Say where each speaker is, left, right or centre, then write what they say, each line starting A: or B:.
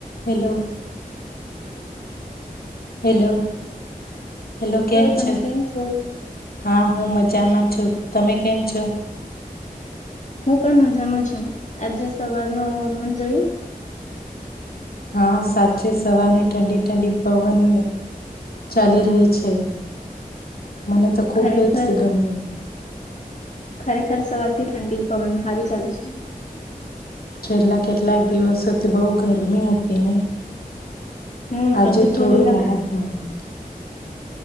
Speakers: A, on the left; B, on the left.
A: હેલો હેલો હેલો કેમ
B: તમે
A: છે
B: કેમ છો
A: હા હું મજામાં છ તમે કેમ છો
B: હું પણ મજામાં છું આજે સવાર ન હવામાન જોયું
A: હા સાચે સવારની ઠંડી ઠંડી પવન ચાલી રહી છે મને તો ખૂબ
B: ખરેખર
A: જ ગમ્યું
B: ખરેખર સવારથી ઠંડી પવન હારી ચાલેુ છે
A: છેલ્લા કેટલાક દિવસોથી બહુ ગરમી હતી ને
B: હું
A: આજે
B: હજુ
A: થોડું
B: થોડી
A: રાહત મળત